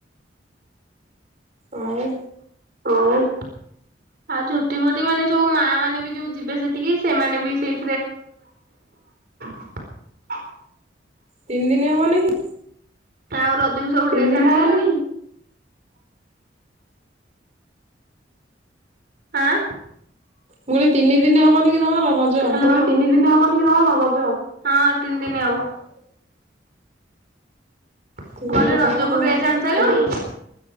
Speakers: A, on the right; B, on the right.
A: ଆଉ
B: ଆଉ -ଆଉ ଝୋଟି ଫୋଟି ମାନେ ସବୁ ମା ମାନେ ବି ଯଉ ଯିବେ ସେଠିକି ସେମାନେ ବି ସେଇ <unintelligible>
A: ତିନି ଦିନ ହବନି କି?
B: ଆଉ ରଜକୁ ସବୁ ଡ୍ରେସ୍ ଆଣି ସାଇଲୁଣି? ଆଁ
A: ମୁଁ କହିଲି ତିନି ଦିନ ହବନି କି ତମର ରଜ?
B: <unintelligible> ମୁଁ
A: ତିନି
B: କହିଲି
A: ଦିନ
B: ରଜ
A: ତ ହବ ତମେ
B: କୁ ଡ୍ରେସ୍ ଆଣି ସାଇଲୁଣି?